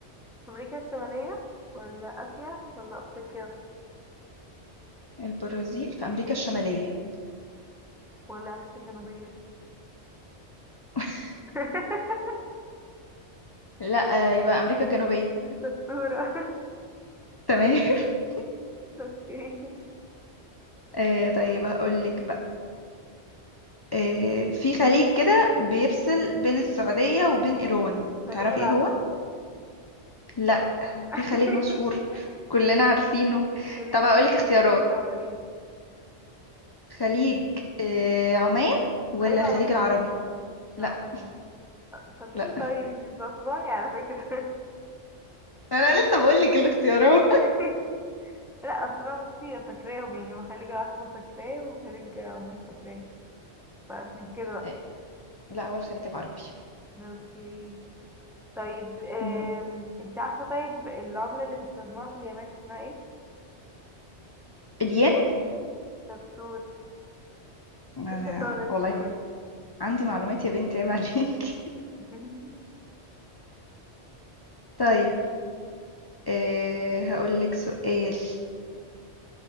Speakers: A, in the centre; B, on the left (about 25°).
A: أمريكا الشمالية ولا آسيا ولا أفريقيا
B: البرازيل في أمريكا الشمالية
A: ولا أمريكا الجنوبية
B: <laughs>
A: <laughs>
B: لا آه، يبقى أمريكا الجنوبية
A: شطورة <laughs>
B: تمام <laughs>
A: اوكي
B: آه، طيب هقولك بقى آه، في خليج كده بيفصل بين السعودية وبين إيران
A: خليج
B: تعرفي
A: العقبة
B: ايه هو؟ لا
A: <laughs>
B: في خليج مشهور كلنا عارفينه
A: خليج
B: طب هقولك اختيارات
A: انت قوليلي
B: خليج آه، عمان ولا
A: خليج عمان
B: الخليج العربي
A: لا
B: لا
A: عمان طب ايه
B: لا
A: طيب انتي مظبطاني على فكرة
B: انا لسه بقول لك الاختيارات
A: <laughs> لا اصل انا بصي فاكراهم يعني وخليج العقبة فاكراه وخليج عمان فاكراه فعشان كده
B: <laughs>
A: بقى
B: آه، لا هو الخليج العربي
A: اوكي طيب أم...
B: م،
A: انت عارفة طيب العملة اللي بيستخدموها في اليمن اسمها ايه؟
B: الين
A: شطور
B: أنا
A: ايه الشطارة دي
B: والله
A: كلها؟
B: م- عندي معلومات يا بنتي عيب عليك <laughs>
A: <laughs>
B: طيب أه هقول لك سؤال